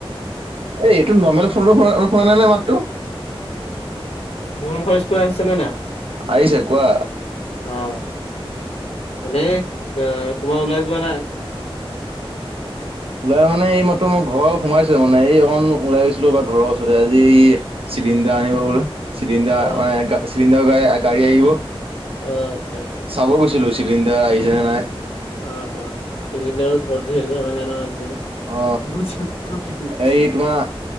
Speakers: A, on the right; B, on the left.
A: এ এইটো নৰ্মেল ফোনটো হোৱা অ হোৱা নাই নাই মাতটো।
B: মোৰ ভইচটো আহিছেনে নাই?
A: আহিছে কোৱা।
B: অ এনে ক ক'বা ওলাই যোৱা নাই?
A: ওলাই মানে এই মাত্ৰ মই ঘৰ সোমাইছো মানে এই অকন ওলাই গৈছিলো বা ঘৰৰ ওচৰতে আজি এই চিলিণ্ডাৰ আনিব গলো, চিলিণ্ডাৰ
B: অ
A: মানে গা চিলিণ্ডাৰ গাই গাড়ী আহিব।
B: অ আচ্ছা আচ্ছা।
A: চাব গৈছিলোঁ চিলিণ্ডাৰ আহিছেনে নাই?
B: অ অ চিলিণ্ডাৰো ভৰ ঝে ঝেমেলা নহয় আজিকালি।
A: অ
B: <unintelligible>
A: এই তোমাৰ